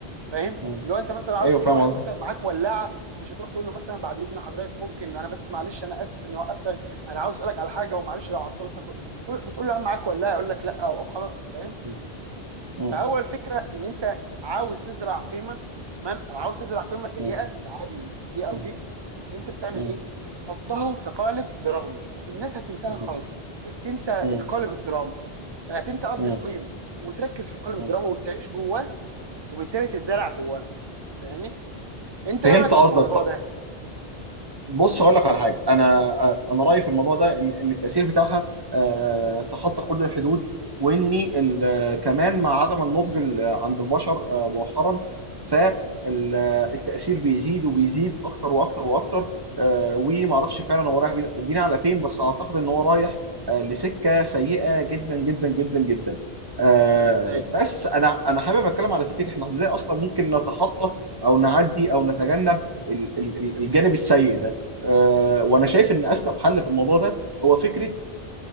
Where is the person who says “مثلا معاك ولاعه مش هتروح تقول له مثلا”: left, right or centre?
Right